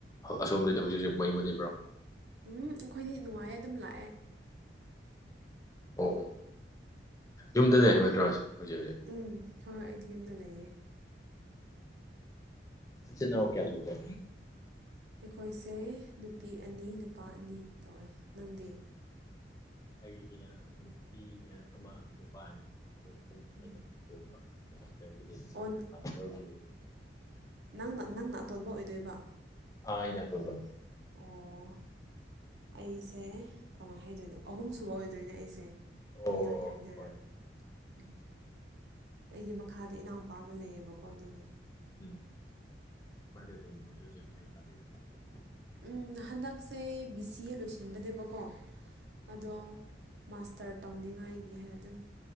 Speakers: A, on the left; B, on the right.
A: ꯑꯁꯣꯝꯗꯗꯤ ꯍꯧꯖꯤꯛ ꯍꯧꯖꯤꯛ ꯃꯩ ꯃꯨꯠꯂꯤꯕ꯭ꯔꯣ
B: ꯎꯝ ꯑꯩꯈꯣꯏꯗꯤ ꯅꯨꯡꯉꯥꯏꯌꯦ ꯑꯗꯨꯝ ꯂꯥꯛꯑꯦ
A: ꯑꯣ ꯌꯨꯝꯗ ꯂꯩ ꯍꯥꯏꯕ ꯅꯠꯇ꯭ꯔ‌ꯣ ꯍꯧꯖꯤꯛ ꯍꯧꯖꯤꯛ
B: ꯎꯝ ꯍꯣꯏ ꯍꯣꯏ ꯑꯩꯗꯤ ꯌꯨꯝꯗ ꯂꯩꯌꯦ
A: ꯏꯆꯤꯟ ꯏꯅꯥꯎ ꯀꯌꯥ ꯁꯨꯒ‌ꯦ
B: ꯑꯩꯈꯣꯏꯁꯦ ꯅꯨꯄꯤ ꯑꯅꯤ ꯅꯨꯄꯥ ꯑꯅꯤ ꯇꯧꯋꯦ ꯅꯪꯗꯦ
A: ꯑꯩꯒꯤꯅ ꯅꯨꯄꯤ ꯑꯥ ꯑꯃ ꯅꯨꯄꯥ ꯑꯅꯤ ꯑꯩꯈꯣꯏ
B: ꯑꯣ
A: ꯑꯍꯨꯝ ꯑꯩꯅ ꯑꯇꯣꯟꯕ ꯀꯩꯅꯣꯒꯤꯗꯤ
B: ꯑꯣ
A: <unintelligible>
B: ꯅꯪꯅ ꯅꯪꯅ ꯑꯇꯣꯟꯕ ꯑꯣꯏꯗꯣꯏꯕ
A: ꯑ ꯑꯩꯅ ꯑꯇ‌ꯣꯟꯕ
B: ꯑꯣ ꯑꯩꯁꯦ ꯀꯃꯥꯏꯅ ꯍꯥꯏꯗꯣꯏꯅꯣ ꯑꯍꯨꯝꯁꯨꯕ ꯑꯣꯏꯗꯣꯏꯅꯦ ꯑꯩꯁꯦ
A: ꯑꯣ
B: ꯃꯌꯥꯏ
A: ꯑꯣ
B: ꯍꯥꯏꯗꯣꯏꯔꯥ
A: ꯍꯣꯏ
B: ꯎꯝ ꯑꯩꯒꯤ ꯃꯈꯥꯗ ꯏꯅꯥꯎꯅꯨꯄꯥ ꯑꯃ ꯂꯩꯌꯦꯕꯀꯣ ꯑꯗꯨꯒꯤ
A: ꯎꯝ ꯃꯥꯗꯤ ꯑꯗꯨꯝ ꯍꯧꯖꯤꯛ ꯍꯧꯖꯤꯛ ꯃꯍꯩ ꯇꯝꯃꯤꯕꯔ‌ꯣ
B: ꯎꯝ ꯍꯟꯗꯛꯁꯦ ꯕꯤ ꯁꯤ ꯑꯦ ꯂꯣꯏꯁꯤꯟꯕꯅꯦꯕꯀꯣ ꯑꯗꯣ ꯃꯥꯁꯇꯔ ꯇꯧꯅꯤꯡꯉꯥꯏꯒꯤ ꯍꯥꯏꯅ ꯑꯗꯨꯝ